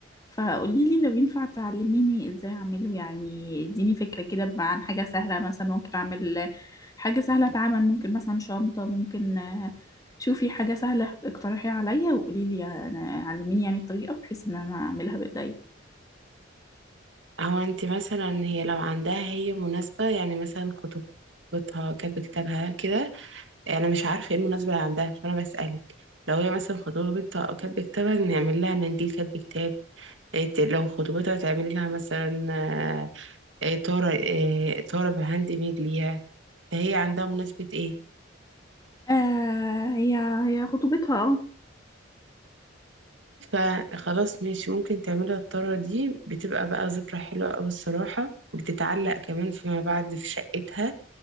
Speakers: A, on the left; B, on the right.
A: فقوليلي لو ينفع تعلميني إزاي أعمله يعني اديني فكرة كده بقى عن حاجة سهلة مثلا ممكن أعمل حاجة سهلة أتعمل ممكن مثلا شنطة ممكن آه، شوفي حاجة سهلة اقترحيها عليا وقوليلي أنا- علميني يعني الطريقة بحيث إن أنا أعملها بإيديا
B: هو انت مثلا هي لو عندها هي مناسبه يعني مثلا خطوبتها كاتبه كتابها كده انا مش عارفه ايه المناسبه اللي عندها فانا بسالك لو هي مثلا خطوبتها او كاتبه كتابها نعمل لها منديل كاتب كتاب إيه ت- لو خطوبتها تعمل لها مثلا آه، إيه، طاره إيه، طاره بهاند ميد ليها فهي عندها مناسبه ايه
A: آه هي هي خطوبتها اه
B: فخلاص ماشي ممكن تعملها الطرة دي بتبقى بقى ذكرى حلوة أوي الصراحة بتتعلق كمان فيما بعد في شقتها